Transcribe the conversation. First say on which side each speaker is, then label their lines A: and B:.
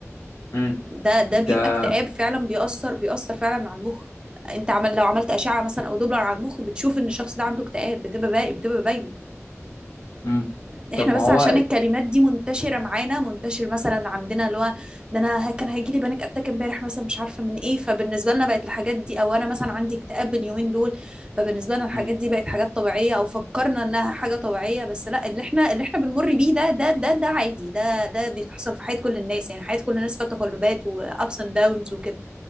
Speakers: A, on the left; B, on the right.
A: مم.
B: ده ده بيبقى
A: ده
B: اكتئاب فعلا بيأثر بيأثر فعلا على المخ انت عمل لو عملت أشعة مثلا او دوبلر على المخ بتشوف ان الشخص ده عنده اكتئاب بتبقى باقي بتبقى باينة
A: امم
B: احنا
A: طب ما
B: بس
A: هو
B: عشان الكلمات دي منتشره معانا منتشر مثلا عندنا اللي هو ده انا ه- كان هيجي لي بانيك اتاك امبارح مثلا مش عارفه من ايه فبالنسبه لنا بقت الحاجات دي او انا مثلا عندي اكتئاب اليومين دول فبالنسبه لنا الحاجات
A: امم
B: دي بقت حاجات طبيعيه او فكرنا انها حاجه طبيعيه بس لا اللي احنا اللي احنا بنمر بيه ده ده ده ده عادي ده ده بيتحصل في حياه كل الناس يعني حياه كل الناس فيها تقلبات وابس اند داونز وكده